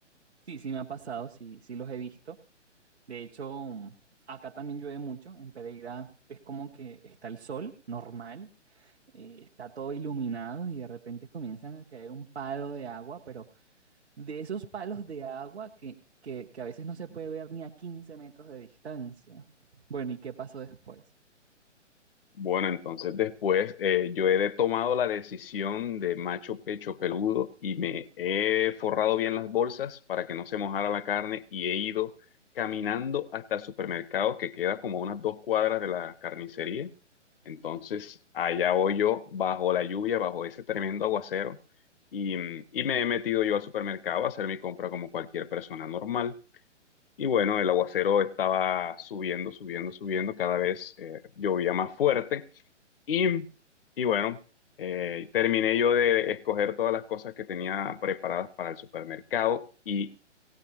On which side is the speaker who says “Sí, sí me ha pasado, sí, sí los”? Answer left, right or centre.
Right